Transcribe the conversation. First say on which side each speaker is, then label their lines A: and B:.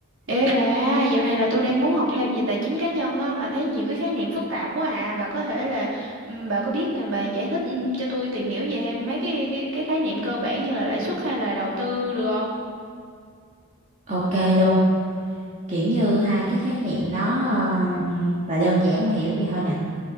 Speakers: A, on the right; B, on the right.
A: Ê bà, dạo này là tôi đang muốn học thêm về tài chính cá nhân á, mà thấy nhiều cái khái niệm phức tạp quá à. Bà có thể là ừm, bà có biết thì bà giải thích ừm, cho tôi tìm hiểu về thêm mấy cái cái cái khái niệm cơ bản như là lãi suất hay là đầu tư được không?
B: Ok luôn, kiểu như hai cái khái niệm đó ờ, là đơn giản mà hiểu vậy thôi nè.